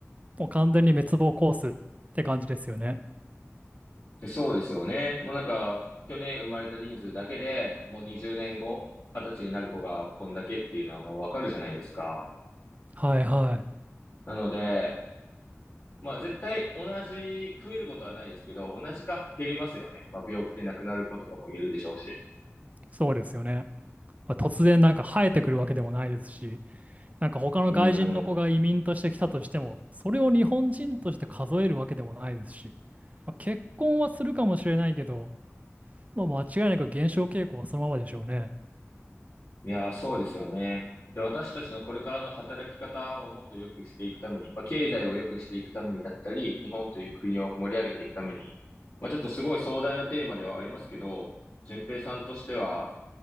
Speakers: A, on the right (about 30°); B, on the left (about 65°).
A: もう完全に滅亡コースって感じですよね。
B: でそうですよね。もうなんか、去年生まれた人数だけで、もう20年後、20歳になる子がこんだけっていうのはもうわかるじゃないですか。
A: はいはい。
B: なので、まあ絶対同じ、増えることはないですけど、同じか減りますよね。まあ病気で亡くなる子とかもいるでしょうし。
A: そうですよね。まあ、突然なんか生えてくるわけでもないですし、なんか他の外人の子が移民として来たとしても、
B: うん。
A: それを日本人として数えるわけでもないですし、まあ、結婚はするかもしれないけど、まあ、間違いなく減少傾向はそのままでしょうね。
B: いやー、そうですよね。で、私たちのこれからの働き方をもっと良くしていくために、まあ、経済を良くしていくためにだったり、日本という国を盛り上げていくために、まあ、ちょっとすごい壮大なテーマではありますけど、順平さんとしては、